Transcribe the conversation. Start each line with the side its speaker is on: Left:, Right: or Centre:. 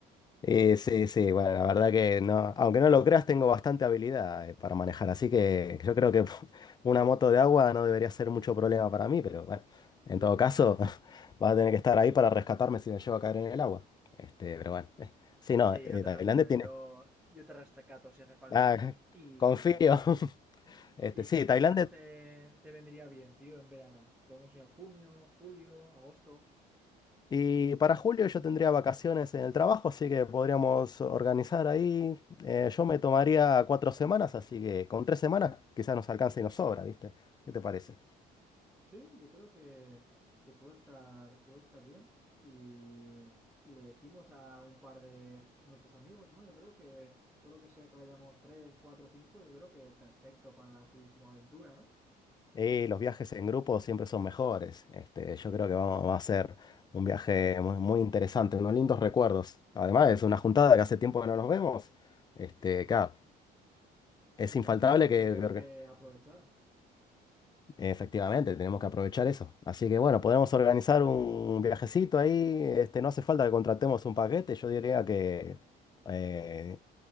Left: Eh, sí, sí, bueno, la verdad que no, aunque no lo creas, tengo bastante habilidad eh, para manejar, así que yo creo que <laughs> una moto de agua no debería ser mucho problema para mí, pero bueno, en todo caso, <laughs> vas a tener que estar ahí para rescatarme si me llevo a caer en el agua. Este, pero bueno, eh, sí, no,
Centre: Sí,
Left: eh,
Centre: no te
Left: Tailandia
Centre: preocupes,
Left: tiene...
Centre: yo, yo te rescato si hace falta.
Left: Ah, <laughs>
Centre: Y
Left: confío. <laughs> Este,
Centre: Sí, ¿Y
Left: sí,
Centre: qué fechas
Left: Tailandia
Centre: te, te vendría bien, tío, en verano? ¿Podemos ir en junio, julio, agosto?
Left: Y para julio yo tendría vacaciones en el trabajo, así que podríamos organizar ahí. Eh, yo me tomaría cuatro semanas, así que con tres semanas quizás nos alcance y nos sobra, ¿viste? ¿Qué te parece?
Centre: Sí, yo creo que, que puede estar, puede estar bien. Y, y le decimos a un par de nuestros amigos, ¿no? Yo creo que todo lo que sea que vayamos 3 4 5 yo creo que perfecto para así como aventura, ¿no?
Left: Y los viajes en grupo siempre son mejores. Este, yo creo que vamos, va a ser un viaje muy, muy interesante, unos lindos recuerdos. Además, es una juntada que hace tiempo que no nos vemos. Este, claro, es
Centre: Y
Left: infaltable
Centre: tanto, yo creo
Left: que,
Centre: que hay que aprovechar.
Left: Efectivamente, tenemos que aprovechar eso. Así que bueno, podemos organizar un viajecito ahí. Este, no hace falta que contratemos un paquete. Yo diría que eh,